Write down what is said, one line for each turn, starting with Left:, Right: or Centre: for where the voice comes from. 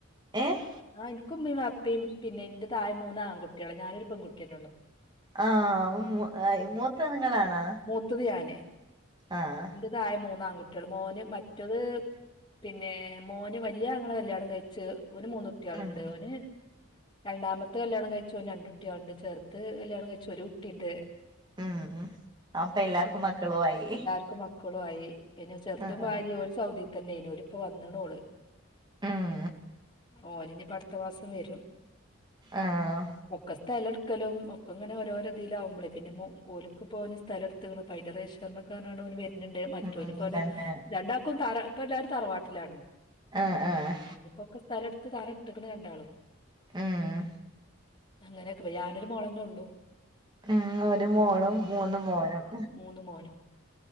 Right: ഏഹ്
Left: ആഹ് ഇന്ക് ഇമ്മിം വാപ്പിം പിന്നെ ഇന്റെ തായ മൂന്നാങ്കുട്ടിയാള ഞാനൊരു പെങ്കുട്ടിയന്നെള്ളു
Right: ആഹ് മു മൂത്തത് നിങ്ങളാണൊ
Left: <unintelligible> ഞാന്
Right: ആഹ്
Left: തായേ മൂന്നാൺകുട്ടിയാള് മോന് മറ്റത്. പിന്നെ മോന് വല്യാ അങ്ങളെ കല്യാണം കഴിച്ച് ഓന് മൂന്ന് കുട്ടികളുണ്ട്
Right: ഉം
Left: ഓന് രണ്ടാമത്തെത് കല്യാണം കഴിച്ചോന് രണ്ട് കുട്ടിയയാൾണ്ട് ചെറുത് കല്യാണം കഴിച്ചു ഒരു കു ട്ടിണ്ട്
Right: ഉം അപ്പൊ എല്ലാർക്കും മക്കളും ആയി.
Left: ക്കും മക്കളു ആയി പിന്നെ ചെറുതും
Right: ആഹ്
Left: ഭാര്യ ഒരു ഒരു സൗദി തന്നെ ഒര് ഇപ്പൊ വന്നേണോള്.
Right: ഉം
Left: ഓനിനിപ്പോ അടുത്ത മാസം വരും.
Right: ആഹ്
Left: ഒക്കെ സ്ഥലടുക്കലും ഒക്കെ ഇങ്ങനെഓരോരോ ഇതിലകുമ്പോളേ പിന്നെ മൊ ഓലുക്ക് പോലു സ്ഥല ത്തക്ക്ണ് അപ്പൊ അതിന്റെ റെയ്ശേരിനൊക്കെ ന് വരണ്ട് മറ്റോന്
Right: ഉം
Left: ഇപ്പങ്ങട്
Right: തന്നെ
Left: രണ്ടാക്കും തറ ഇപ്പ എല്ലാവരും തറവാട്ടിലാണ്.
Right: ആഹ് ആഹ്
Left: ഇനിയിപ്പോക്കെ സ്ഥലടുത്ത് തറട്ട്ക്കുണ് രണ്ടാളും.
Right: ഉം
Left: അങ്ങനെയൊക്കെ ഞാനൊരു മോളന്നേ ഉള്ളൂ.
Right: ഉം ഒരു മോളും മൂന്ന് മോനും.
Left: ഒന്ന് മോനും.